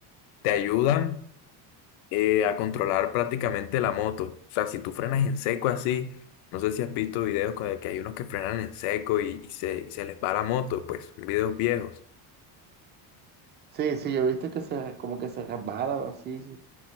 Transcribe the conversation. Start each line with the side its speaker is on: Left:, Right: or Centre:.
Left: te ayudan eh, a controlar prácticamente la moto. O sea, si tú frenas en seco así, no sé si has visto videos con el que hay unos que frenan en seco y, y se, y se les va la moto, pues son videos viejos.
Right: Sí, sí, yo viste que se, como que se resbala así, sí,